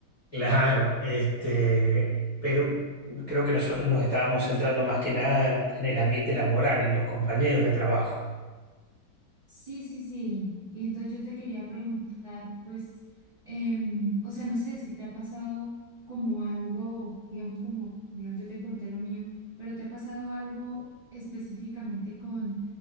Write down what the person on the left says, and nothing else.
claro, este, pero creo que nosotros nos estábamos centrando más que nada en el ambiente laboral, en los compañeros de trabajo.